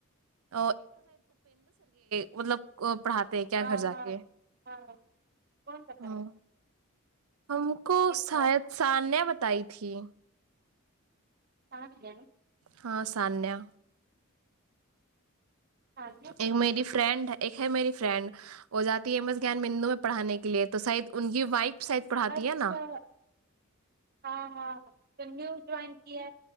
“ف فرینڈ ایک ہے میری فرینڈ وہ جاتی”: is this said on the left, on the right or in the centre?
Right